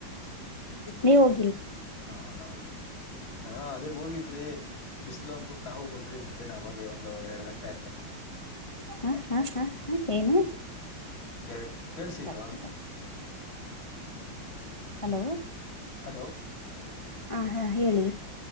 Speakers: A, on the left; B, on the left.
A: ನೀವು ಒ.
B: ಹ್ಮ್ಮ್ ನಮ್ಮ ಅದೇ ಹೋಗಿದ್ರಿ. ಬಿಸಲು ಅಂದಬಿಟ್ಟು ನಾವು ಬಂದವಿ ಮದ್ಯಾಹ್ನ ಅವಾಗ ಒಂದು ಎರಡು ಗಂಟೆ.
A: ಹ್ಮ್ಮ್ ಹ್ಮ್ಮ್ ಏನು.
B: ಎರ್ ಕೇಳಸಿದ್ಲ್ವಾ
A: ಬೇಕಾಗ್ತಿದೆ ಹಲೋ
B: ಹಲೋ
A: ಹ ಹ ಹೇಳಿ